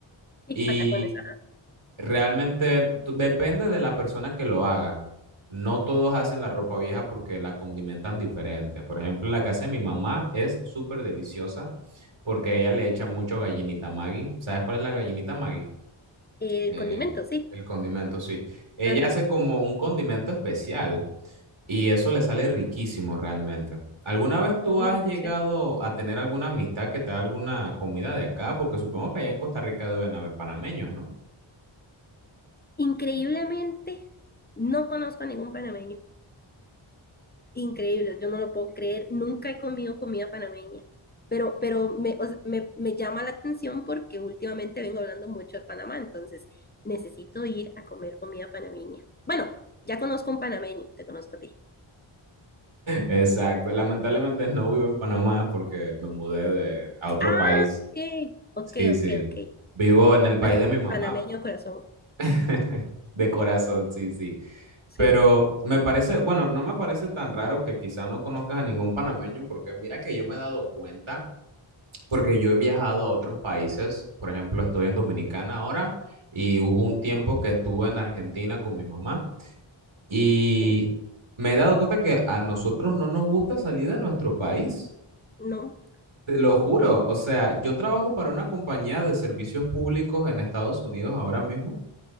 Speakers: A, on the left; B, on the right.
A: Sí,
B: Y
A: patacones, ajá.
B: Realmente tú- depende de la persona que lo haga. No todos hacen la ropa vieja porque la condimentan diferente. Por ejemplo, la que hace mi mamá es súper deliciosa porque ella le echa mucho gallinita Maggi. ¿Sabes cuál es la gallinita Maggi?
A: Eh,
B: Eh,
A: condimentos, sí.
B: el condimento, sí. Ella
A: Ajá.
B: hace como un condimento especial y eso le sale riquísimo realmente. ¿Alguna vez tú
A: Oh,
B: has llegado
A: qué chiva.
B: a tener alguna amistad que te da alguna comida de acá? Porque supongo que allá en Costa Rica deben haber panameños, ¿no?
A: Increíblemente, no conozco a ningún panameño. Increíble, yo no lo puedo creer. Nunca he comido comida panameña. Pero, pero me, o sea, me, me llama la atención porque últimamente vengo hablando mucho de Panamá, entonces necesito ir a comer comida panameña. Bueno, ya conozco un panameño, te conozco a ti.
B: Exacto. Lamentablemente no vivo en Panamá porque me mudé de, a otro
A: Ah,
B: país.
A: ok, ok,
B: Sí, sí.
A: ok, ok.
B: Vivo en el
A: Bueno,
B: país de mi mamá,
A: panameño de corazón.
B: <laughs> de corazón, sí, sí.
A: Sí.
B: Pero me parece, bueno, no me parece tan raro que quizá no conozcas a ningún panameño porque mira que yo me he dado cuenta, porque yo he viajado a otros países, por ejemplo, estoy en Dominicana ahora y hubo un
A: No,
B: tiempo que estuve en Argentina con mi mamá y
A: ok,
B: me he dado cuenta que a nosotros no nos gusta salir de nuestro país.
A: no,
B: Te lo juro, o sea, yo trabajo para una compañía de servicios públicos en Estados Unidos ahora mismo